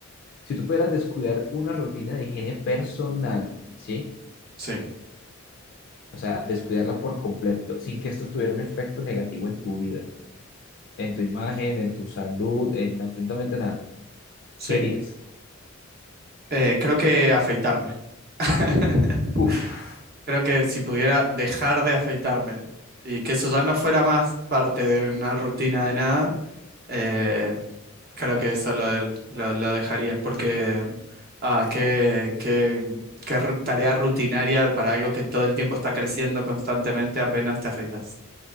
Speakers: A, on the left; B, on the right.
A: si tú pudieras descuidar una rutina de higiene personal, ¿sí?
B: Sí,
A: O sea, descuidarla por completo, sin que esto tuviera un efecto negativo en tu vida, en tu imagen, en tu salud, en absolutamente nada.
B: sí.
A: ¿Qué eliges?
B: Eh, creo que afeitarme. <laughs>
A: Uf,
B: Creo que si pudiera dejar de afeitarme y que eso ya no fuera más parte de una rutina de nada, eh, creo que eso lo, del- lo- lo dejaría, porque ah, qué, qué- qué r- tarea rutinaria para algo que todo el tiempo está creciendo constantemente apenas te afeitas.